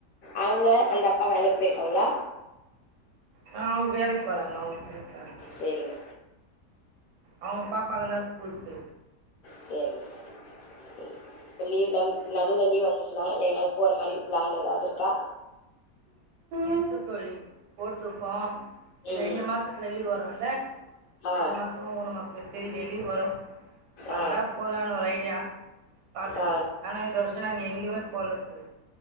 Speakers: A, on the left; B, on the right.
A: அவுங்க அந்த அக்கா வேலைக்கு போய்ருக்காங்களா
B: ஆ அவுங்க வேலைக்கு போறாங்க அவுங்க வேலைக்கு போறாங்க
A: சேரிங்க
B: அவுங்க பாப்பாங்கல ஸ்கூலுக்கு
A: சேரிங்க சேரிங்க லீவ்ல நடுல லீவ் வந்துச்சு னா எங்காவது போற மாரி பிளான் ஏதாவது இருக்கா
B: வித்து தொலையும் போட்டிருப்போம்
A: ம்
B: ரெண்டு
A: ம்
B: மாசத்துல லீவு வரும் இல்ல
A: ஆ
B: ரெண்டு மா சம் மூணு மாசம் தெரிய வரும் வந்தா
A: ஆ
B: போலாம்னு ஒரு ஐடியா பாக்குற
A: ஆ
B: ஆனா இந்த வருஷம் நாங்க எங்கயுமே போல தோழி